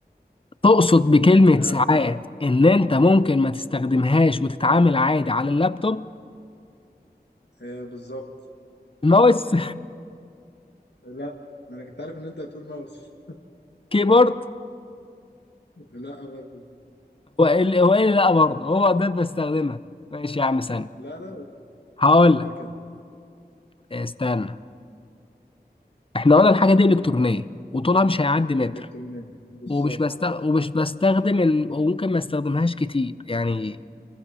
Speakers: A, on the left; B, on the left.
A: تقصد بكلمة
B: ها
A: ساعات إن أنت ممكن ما تستخدمهاش وتتعامل عادي على اللابتوب
B: آه بالظبط
A: الماوس
B: لا انا كنت عارف ان انت هتقول ماوس
A: <laughs> كيبورد
B: <laughs> لا أبدا.
A: هو إيه اللي هو إيه اللي لأ برضه هو ده بستخدمها ماشي يا عم ثانية
B: لا لا
A: هقول
B: فكر
A: لك
B: كده
A: آه، استنى إحنا قلنا الحاجة دي إلكترونية
B: ها
A: وطولها مش هيعدي متر
B: الكترونيه بالظبط
A: ومش بستغ... ومش بستخدم ال... وممكن ما استخدمهاش كتير يعني